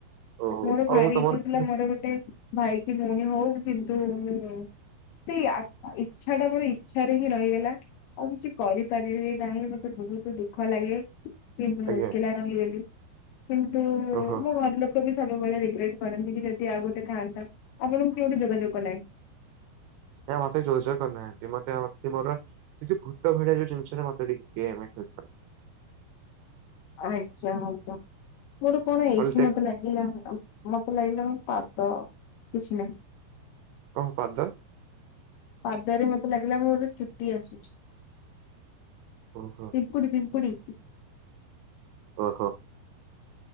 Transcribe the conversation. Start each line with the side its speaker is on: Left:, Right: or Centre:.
Right: ଓହୋ
Left: ତାପ ମୋର ଭାରି
Right: ଆଉ ତମର
Left: ଇଛା
Right: କିଛି
Left: ଥିଲା ମୋର ଗୋଟେ ଭାଇ କି ଭଉଣି ହୋଉ କିନ୍ତୁ ମୁଁ ସେ ଇଚ୍ଛା ଟା ମୋର ଇଚ୍ଛାରେ ହିଁ ରହିଗଲା। ଆଉ କିଛି କରିପାରିବି ନାହିଁ ମତେ ବୋହୁତ ଦୁଃଖ ଲାଗେ। କି ମୁଁ
Right: ଆଜ୍ଞା
Left: ଏକଲା ରହିଗଲି କିନ୍ତୁ
Right: ଓହୋ
Left: ମୋ ଘର ଲୋକ ବି ସବୁବେଳେ ରିଗ୍ରେଟ୍ କରନ୍ତି ଯଦି ଆ ଗୋଟେ ଥାଆନ୍ତା ଆପଣଙ୍କୁ କିଏଗୋଟେ ଯୋଗାଯୋଗ କଲାଣି।
Right: ଏ ମତେ ଯୋଜ ଯୋଜ କରିନାହାନ୍ତି ମତେ ମତେ ମୋର ଯୋଉ ଭୂତ ଭଳିଆ ଯଉ ଜିନିଷ ମତେ ଟିକଇଏ ମେସେଜ କଲେ।
Left: ଆଚ୍ଛା ହୋଉଚ ଗୋଟେ କଣ ଏଇଠି
Right: ହଳଦିଆ
Left: ମତେ ଲାଗ ଲାଗିଲା ମତେ ଲାଗିଲା ମ ପାଦ କିଛି ନାହିଁ।
Right: କଣ ପାଦ।
Left: ପାଦରେ ମତେ ଲାଗିଲା ମୋର ଚୁଟି ଆସୁଚି।
Right: ଓହୋ
Left: ପିମ୍ପୁଡି ପିମ୍ପୁଡ଼ି।
Right: ଓହୋ।